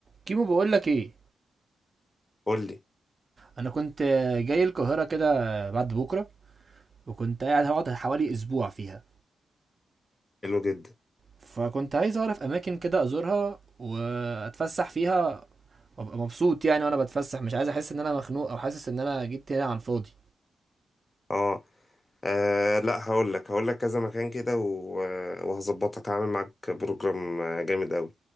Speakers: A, on the right (about 25°); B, on the left (about 20°).
A: كيمو بقول لك ايه
B: قول لي
A: انا كنت جاي القاهره كده بعد بكره وكنت قاعد هقعد حوالي اسبوع فيها
B: حلو جدا
A: فكنت عايز اعرف اماكن كده ازورها واتفسح فيها وابقى مبسوط يعني وانا بتفسح مش عايز احس ان انا مخنوق او حاسس ان انا جيت هنا عن فاضي
B: اه آه، لا هقول لك هقول لك كذا مكان كده و- وهظبطك هعمل معاك بروجرام آه، جامد قوي